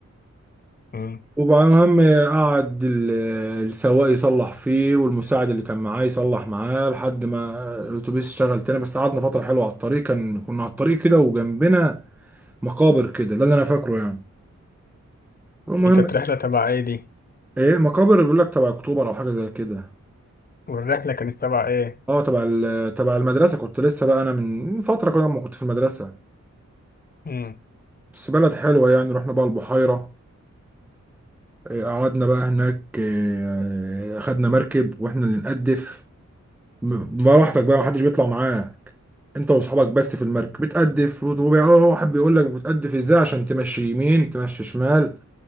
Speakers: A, on the left; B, in the centre.
A: مم.
B: وبقى المهم قعد ال- السواق يصلح فيه والمساعد اللي كان معاه يصلح معاه لحد ما الاتوبيس اشتغل تاني بس قعدنا فترة حلوة على الطريق كان كنا على الطريق كده وجنبنا مقابر كده ده اللي انا فاكره يعني المهم
A: دي كانت رحلة تبع ايه دي؟
B: ايه مقابر بيقول لك تبع اكتوبر او حاجة زي كده
A: والرحلة كانت تبع إيه؟
B: اه تبع ال- تبع المدرسة كنت لسه بقى انا من فترة كده لما كنت في المدرسة
A: امم
B: بس بلد حلوة يعني رحنا بقى البحيرة إيه، قعدنا بقى هناك إيه، خدنا مركب واحنا اللي نقدف براحتك بقى محدش بيطلع معاك انت واصحابك بس في المركب بتقدف وواحد بيقول لك بتقدف ازاي عشان تمشي يمين تمشي شمال